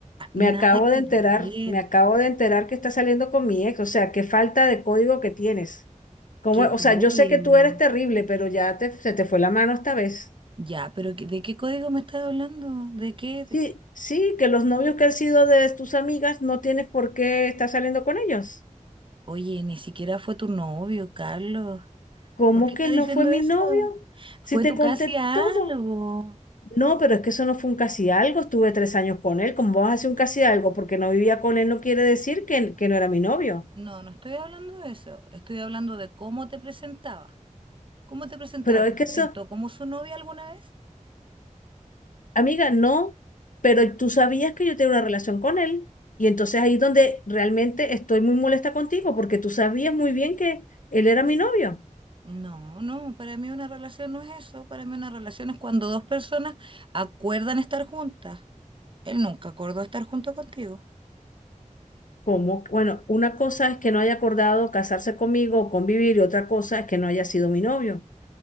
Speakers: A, on the left; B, on the right.
A: Me
B: nada
A: acabo
B: que
A: de enterar,
B: ver.
A: me acabo de enterar que estás saliendo con mi ex, o sea, qué falta de código que tienes. ¿Cómo,
B: ¿Qué
A: es?
B: código?
A: o sea, yo sé que tú eres terrible, pero ya te, se te fue la mano esta vez.
B: Ya, pero ¿qué- ¿de qué código me estás hablando? ¿De qué? De-
A: Sí, sí, que los novios que han sido de tus amigas no tienes por qué estar saliendo con ellos.
B: Oye, ni siquiera fue tu novio, Carlos.
A: ¿Cómo
B: ¿Por qué
A: que
B: estás
A: no
B: diciendo
A: fue mi
B: eso?
A: novio?
B: Fue
A: Si te
B: tu
A: conté
B: casi algo.
A: todo. No, pero es que eso no fue un casi algo, estuve tres años con él, ¿cómo vas a hacer un casi algo? Porque no vivía con él no quiere decir que, que no era mi novio.
B: No, no estoy hablando de eso. Estoy hablando de cómo te presentaba. ¿Cómo te presentaba?
A: Pero
B: ¿Te
A: es que
B: presentó
A: eso,
B: como su novia alguna vez?
A: Amiga, no, pero tú sabías que yo tenía una relación con él y entonces ahí es donde realmente estoy muy molesta contigo porque tú sabías muy bien que él era mi novio.
B: No, no, para mí una relación no es eso. Para mí una relación es cuando dos personas acuerdan estar juntas. Él nunca acordó estar junto contigo.
A: Como, bueno, una cosa es que no haya acordado casarse conmigo o convivir y otra cosa es que no haya sido mi novio.